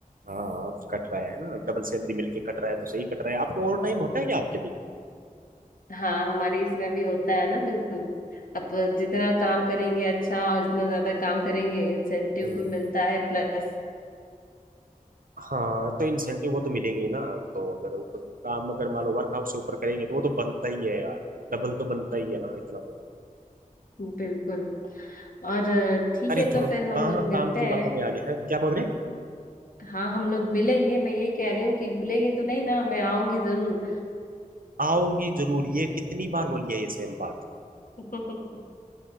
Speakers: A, on the right (about 75°); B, on the left (about 70°).
A: हाँ कट रहा है ना डबल सैलरी मिलके कट रहा है तो सही कट रहा है आपके ओवर टाइम होता है क्या आपके भी
B: हाँ हमारे इसमें भी होता है ना बिल्कुल अब जितना काम करेंगे अच्छा और जितना ज्यादा काम करेंगे इंसेंटिव
A: हम्म
B: भी मिलता है प्लस
A: हाँ तो इंसेंटिव वो तो मिलेंगे ही ना तो अगर ऊपर काम अगर मान लो वर्क आउट से ऊपर करेंगे तो वो तो बनता ही है यार डबल तो बनता ही है ना इतना तो
B: बिल्कुल और अ, ठीक
A: अरे
B: है
A: छोड़ो
B: तो फिर हम
A: कहाँ
B: लोग
A: काम
B: मिलते
A: की बातों
B: हैं
A: में आ गए हैं क्या बोल रहे
B: हाँ हम लोग मिलेंगे मैं ये कह रही हूँ कि भूलेंगे तो नहीं ना मैं आऊंगी जरूर
A: आऊंगी जरूर ये कितनी बार बोली है ये सेम बात
B: <laughs>